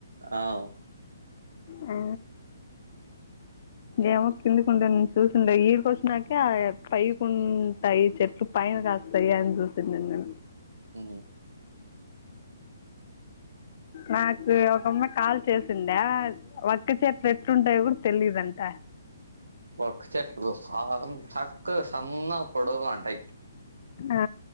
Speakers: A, on the right; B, on the left.
A: అవు
B: ఊ ఏమో కిందికుంటా నేను చూసింటా ఈ కొసినకి పైకి ఉంటాయి చెట్లు పైన కాస్తాయ్ అందు తినను
A: ఊ
B: నాకు ఒకమ్మా కాల్ చేసిందా వట్టి చేట్లు ఎట్లుంటాయో కూడా తెలీదంట
A: ఒక చెట్లు ఆమ్ చక్క సన్న పొడంటయి
B: ఆ